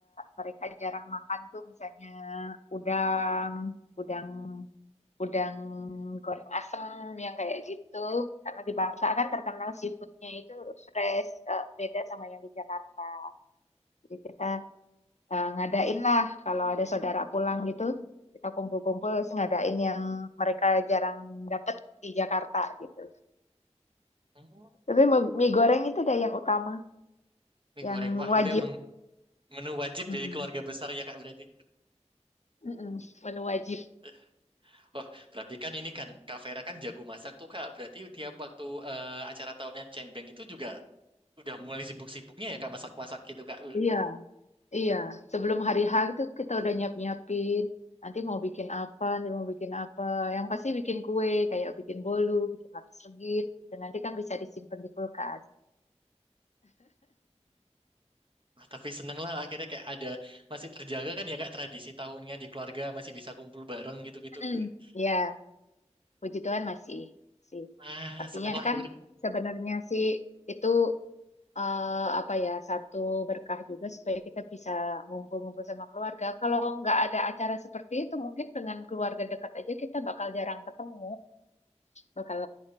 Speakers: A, on the left (about 75°); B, on the right (about 45°).
A: mereka jarang makan tuh misalnya udang, udang, udang goreng asem yang kayak gitu. Karena di Bangka kan terkenal seafoodnya itu fresh, eh, beda sama yang di Jakarta. Jadi kita eh, ngadain lah kalau ada saudara pulang gitu, kita kumpul-kumpul terus ngadain yang mereka jarang dapet di Jakarta gitu.
B: Hmm.
A: Tapi mi- mie goreng itu deh yang utama,
B: Mie
A: yang
B: goreng. Wah,
A: wajib.
B: itu emang menu wajib
A: Mm-mm.
B: jadi keluarga besar ya, Kak, berarti.
A: Mm-mm, Menu wajib.
B: <laughs> Wah, berarti kan ini kan Kak Vera kan jago masak tuh, Kak. Berarti tiap waktu eh, acara tahunan Cengbeng itu juga udah mulai sibuk-sibuknya ya, Kak, masak-masak gitu, Kak.
A: Iya. Iya, sebelum hari H itu kita
B: <laughs>
A: udah nyiap-nyiapin. Nanti mau bikin apa, nanti mau bikin apa. Yang pasti bikin kue, kayak bikin bolu, bikin lapis legit. Gitu. Nanti kan bisa disimpan di kulkas.
B: Wah, tapi seneng lah akhirnya kayak ada masih terjaga kan ya, Kak, tradisi tahunnya di keluarga masih bisa kumpul bareng gitu-gitu.
A: Mm-mm.
B: <laughs>
A: <laughs> Iya, puji Tuhan masih sih.
B: Ah,
A: Artinya
B: seneng lah.
A: kan sebenarnya sih itu eh, apa ya satu berkah juga supaya kita bisa ngumpul-ngumpul sama keluarga. Kalau nggak ada acara seperti itu, mungkin dengan keluarga dekat aja kita bakal jarang ketemu, bakal